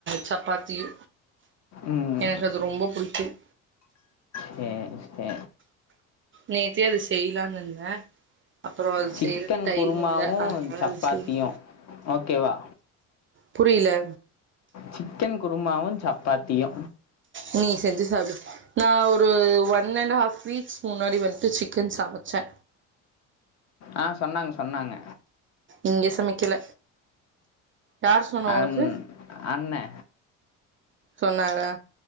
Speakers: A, on the right (about 35°); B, on the left (about 45°).
A: சப்பாத்தியு
B: ம்
A: எனக்கு அது ரொம்ப புடிக் <inaudible>
B: சே சே
A: நேத்தே அது செய்யலானு இருந்தே அப்புறோ அது
B: சிக்கன்
A: செய்யறக்கு டைம்
B: குருமாவு
A: இல்ல அதனால
B: சப்பாத்தியு
A: அது செய்யல
B: ஓகேவா
A: புரியல
B: சிக்கன் குருமாவு சப்பாத்தியு
A: நீ செஞ்சு சாப்டு நா ஒரு ஒன் அண்ட் ஹாஃப் வீக்ஸ் முன்னாடி வந்துட்டு சிக்கன் சமைச்சே
B: ஆ சொன்னாங்க சொன்னாங்க
A: இங்க சமைக்கல யார் சொன்னா
B: அன்
A: உனக்கு
B: அண்ணே
A: சொன்னாரா